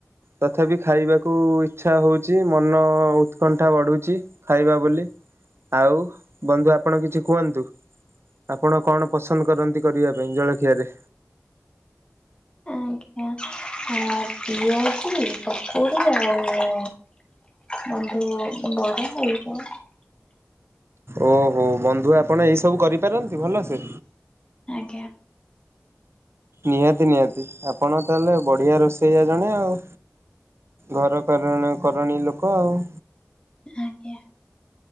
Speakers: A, on the right; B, on the left.
A: ତଥାପି ଖାଇବାକୁ ଇଛା ହଉଛି ମନ ଉତ୍କଣ୍ଠା କନ୍ଠା ବଢ଼ୁଛି ଖାଇବା ବୋଲି ଆଉ ବନ୍ଦୁ ଆପଣ କିଛି କୁହନ୍ତୁ ଆପଣ କଣ ପସନ୍ଦ କରନ୍ତି କରିବା ପାଇଁ ଜଳଖିଆରେ।
B: ଆଜ୍ଞା ଆ ପିଆଜି କକୁଡ଼ି ଆଉ ବନ୍ଧୁ। ବରା ହେଇଯିବ।
A: ହୋଉ ହୋଉ ବନ୍ଧୁ ଆପଣ ଏଇସବୁ କରିପାରନ୍ତି ଭଲସେ
B: ଆଜ୍ଞା।
A: ନିହାତି ନିହାତି ଆପଣ ତାଲେ ବଢ଼ିଆ ରୋଷେଇଆ ଜଣେ ଆଉ ଘର କରଣୀ କରଣି ଲୋକ ଆଉ
B: ଆଜ୍ଞା।